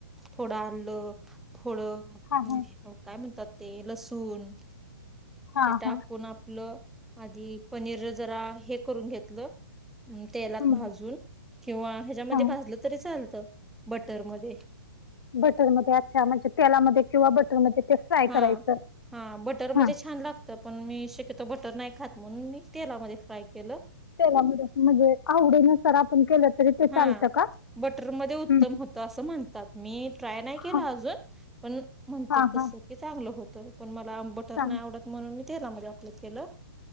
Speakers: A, in the centre; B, on the left.
A: थोडं आलं, थोडं
B: हा हा
A: काय म्हणतात ते लसूण
B: हा
A: ते टाकून
B: हा
A: आपलं आधी पनीर जरा हे करून घेतलं. तेलात
B: हम्म
A: भाजून किंवा ह्याच्यामध्ये
B: हा
A: भाजलं तरी चालतं बटरमध्येध्ये
B: बटरमध्येध्ये अच्छा म्हणजे तेलामध्ये किंवा बटरमध्ये ते फ्राय
A: हा
B: करायचं
A: हा बटर
B: हा
A: मध्ये छान लागत. तर पण मी शक्यतो बटर नाही खात म्हणून मी तेलामध्ये फ्राय केलं.
B: तेलामध्ये म्हणजे आवडीनुसार आपण केलं तरी ते
A: हा
B: चालतं का
A: बटरमध्येध्ये उत्तम
B: हम्म.
A: होतं असं म्हणतात मी ट्राय नाही
B: हा
A: केला अजून पण म्हणतात
B: हा
A: कस
B: हा
A: क चांगलं होतं पण मला बटर
B: चालेल
A: नाही आवडत म्हणून मी तेलामध्ये अप्लाय केलं.